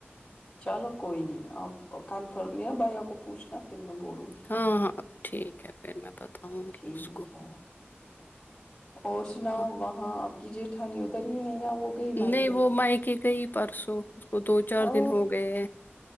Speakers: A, on the left; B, on the left.
A: چلو کوئی نہیں اپ کنفرم یابھائی کو پوچھنا پھر میں بولوں گی
B: ہاں ہاں ٹھیک ہے پھر میں بتاؤں گی
A: ٹھیک
B: اس کو
A: ہے اور سناؤ
B: ہاں
A: وہاں آپ کی جٹھانی ادھر ہی ہے یا وہ گئی مائکے
B: نہیں وہ مائیکے گئی پرسوں اس کو دو چار
A: او
B: دن ہو گئے ہیں